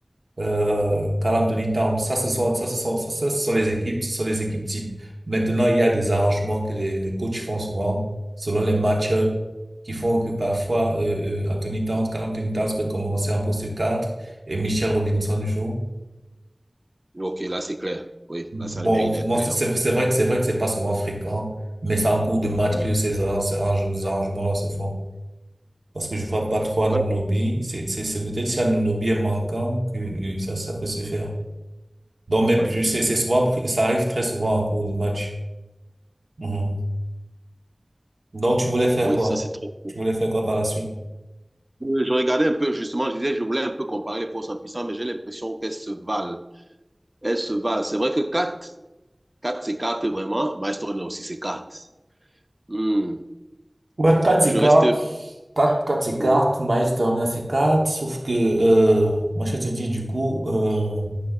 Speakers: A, on the right (about 75°); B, on the right (about 30°).
A: euh, Carl Anthony Towns. Ça, ce sont, ça, ce sont, ça, ça, ce sont les équipes, ce sont les équipes types. Maintenant, il y a des arrangements que les, les coachs font souvent selon les match-ups qui font que parfois, euh, euh, Anthony Towns, Carl Anthony Towns peut commencer en poste 4 et Michel Robinson joue.
B: Ok, là c'est clair. Oui,
A: Bon,
B: là ça a le mérite d'être
A: moi,
B: clair.
A: c'est, c'est c'est vrai que c'est vrai que c'est pas souvent fréquent, mais c'est en cours de match
B: Ouais.
A: que ces, arrange- ces arrange- ces arrangements-là se font. Parce que je ne frappe pas trop à
B: Ouais.
A: Nunobi. C'est, c'est, c'est peut-être si Anunoby est manquant que euh, ça, ça peut se faire. Donc, mais
B: Ouais.
A: plus, c'est, c'est souvent, pr- ça arrive très souvent en cours de match. Mhm. Donc, tu voulais faire
B: Oui,
A: quoi?
B: ça c'est très cool.
A: Tu voulais faire quoi par la suite?
B: Euh, Je regardais un peu, justement, je disais, je voulais un peu comparer les forces en puissance, mais j'ai l'impression qu'elles se valent. Elles se valent. C'est vrai que quatre 4 s'écarte vraiment. Maestro aussi s'écarte. Hmm.
A: Ouais, 4, s'écarte,
B: Je reste.
A: quatre 4 s'écarte,
B: Ouais,
A: Miles Turner s'écarte, sauf que euh, moi je te dis du coup, euh,